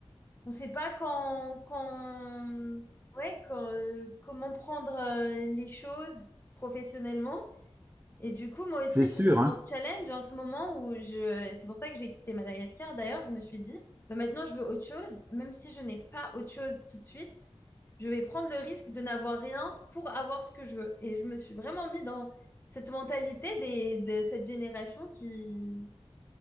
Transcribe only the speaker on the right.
c'est
sûr,
hein.